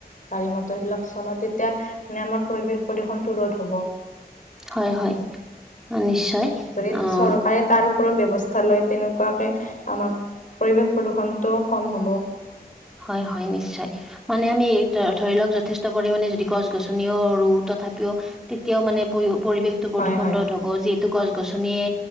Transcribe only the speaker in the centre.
হয় হয়, নিশ্চয়
অ'
হয় হয় নিশ্চয় মানে আমি এই ধৰি লক যথেষ্ট পৰিমাণে যদি গছ-গছনিও ৰুও তথাপিও তেতিয়াও মানে পৰি-পৰিৱেশ প্ৰদূষণ
ৰোধ হ'ব যিটো গছ-গছনিয়ে